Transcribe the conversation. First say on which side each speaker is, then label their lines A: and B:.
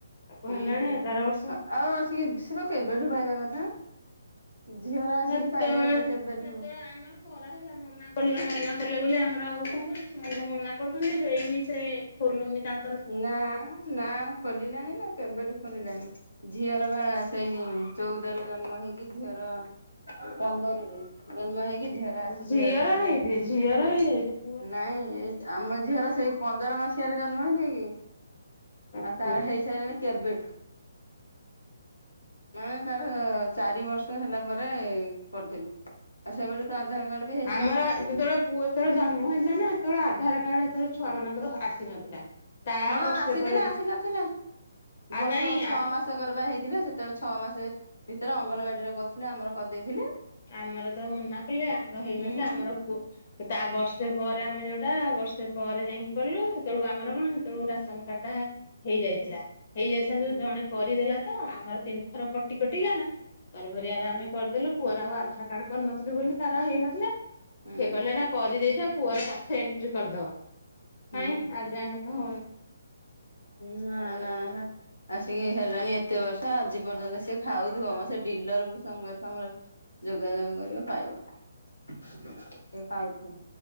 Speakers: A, on the left; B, on the left.
A: ତାକୁ
B: ହୁଁ
A: ହେଲାଣି
B: ହୁଁ
A: ଏଗାର ବର୍ଷ
B: ଆ ଆଉ ଆସିକି ସେପା କେବେଠୁ ପାଇବା କଥା। ଝିଅର ଆସିକି
A: ହେତେବେଳେ
B: ପାଇଲାଣି କେବେଠୁ।
A: ସେତେବେଳେ ଆମର କରାହେଲା ମ ମନା କଲେ ମନା କଲେ ବୋଲି ଆମର ଆଉ କଣ କରିବୁ ସେମାନେ ତ ମନା କରୁଛନ୍ତି ହେଇନି ସେ ଖୋଲୁନି ତାଙ୍କ
B: ନାଁ ନାଁ ଖୋଲିଲାଣି ନା କେବେଠୁ ଖୋଲିଲାଣି। ଝିଅର ବା ସେଇ ଚଉଦରେ ଜନ୍ମ ହେଇକି ଝିଅର ପନ୍ଦରରୁ ଜନ୍ମ ହେଇକି ଝିଅର ଆସିକି
A: ଝିଅର ହେଇଚି ଝିଅର ହେଇଯାଇଚି।
B: ନାଇଁ ଏଇ ଆମ ଝିଅର ସେଇ ପନ୍ଦର ମସ ସିହା ରେ ଜନ୍ମ ହେଇନେଇ କି
A: ଓହୋ
B: ଆଉ ତାର ହେଇସାରିଲାଣି କେବେଠୁ। ମାନେ ତାର ଚାରି ବର୍ଷ ହେଲା ପରେ କରିଦେଲୁ ଆଉ ସେବେଠୁ ତା ଆଧାର କାର୍ଡ ବି ହେଇଥିଲା
A: ଆମର
B: ଛୋଟଅଳୁ।
A: ଯେତେବେଳେ ପୁଅ ଯେତେବେଳେ ଜନ୍ମ ହେଇଲା ନା ହେତେବେଳେ ଆଧାର କାର୍ଡ ଏତଳେ ଛୁଆ ମାନଙ୍କର ଆସିନଥିଲା। ତା
B: ହଁ
A: ବର୍ଷେ
B: ଆସିଚି
A: ପରେ
B: ନା ଆସି ନଥିଲା
A: ଆ
B: ବର୍ଷକ
A: ନାଇଁ
B: ଛଅ ମାସ ବର୍ଷକର ବା ହେଇଥିଲା ସେତେବେଳେ ଛଅ ମାସ ଭିତରେ ଅଙ୍ଗନବାଡିରେ କରିଥିଲେ ଆମର କରିଦେଇଥିଲେ।
A: ଆମର ତ ମନା କଲେ ଆମର ହେଇନଥିଲା
B: ହୁଁ
A: ଆମର ତା ବର୍ଷେ ପରେ ଆମେ ଯୋଉଟା ବର୍ଷେ ପରେ ଯାଇଁକି କଲୁ। ସେତେବେଳକୁ ଆମର କଣ ସେତେବେଳକୁ ରାସନ କାର୍ଡ ଟା ହେଇ ଯାଇଥିଲା। ହେଇଯାଇଥିଲା
B: ହୁଁ
A: ଯୋଉ ଜଣେ କରିଦେଲା ତ ଆମର ତିନିଥର କଟି କଟି ନା ତରବରିଆରେ ଆମେ କରିଦେଲୁ। ପୁଅର ଆଉ ଆଧାର କାର୍ଡ କରିନଥିଲୁ ବୋଲି ତାର ହେଇନଥିଲା। ସେ
B: ହୁଁ
A: କହିଲେ ଏଟା କରିଦେଇଥା ପୁଅର ପଛେ ଏଣ୍ଟ୍ରି କରିଦବ।
B: ହୁଁ
A: କାଇଁ ଆଜିଯାଏଁ ତ ହଉନି।
B: ହୁଁ ନାଁ ନାଁ ନାଁ ଆସିକି ହେଲାଣି ଏତେ ବର୍ଷ ଆଜି ପର୍ଯ୍ୟନ୍ତ ସିଏ ଖାଉଥିବ ମ ସେ ଡିଲର ସାଙ୍ଗରେ ତମର ଯୋଗାଯୋଗ କରିବ ପାଇବ। ସେ ପାଉଥିବ।